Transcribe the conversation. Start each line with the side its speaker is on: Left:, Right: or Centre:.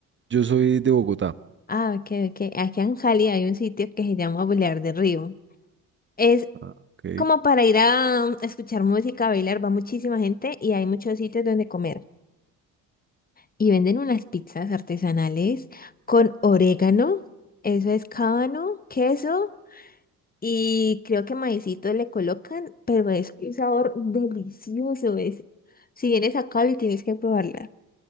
Right: yo soy de Bogotá.
Left: Ah, ok, ok. Aquí en Cali hay un sitio que se llama Boulevard del Río. Es
Right: Ah, ok.
Left: como para ir a um, escuchar música, bailar, va muchísima gente y hay muchos sitios donde comer. y venden unas pizzas artesanales con orégano, eso es cábano, queso y creo que maicito le colocan, pero es un sabor delicioso es. Si vienes a Cali tienes que probarla.